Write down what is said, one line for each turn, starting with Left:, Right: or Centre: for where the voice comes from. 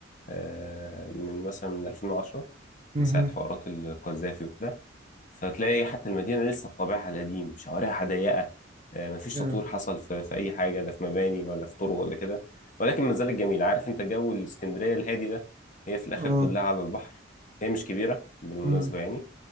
Left: آه، من مثلا من 2010
Right: مهم.
Left: من ساعه حوارات القذافي وكده فتلاقي حتى المدينة لسه بطابعها القديم شوارعها ضيقة آه، مفيش
Right: yeah.
Left: تطوير حصل في, في أي حاجة لا في مباني ولا في طرق ولا كده ولكن ما زالت جميلة عارف أنت جو الإسكندرية الهادي ده هي في الآخر
Right: اه
Left: كلها على البحر هي مش كبيرة بالمناسبة
Right: مم.
Left: يعني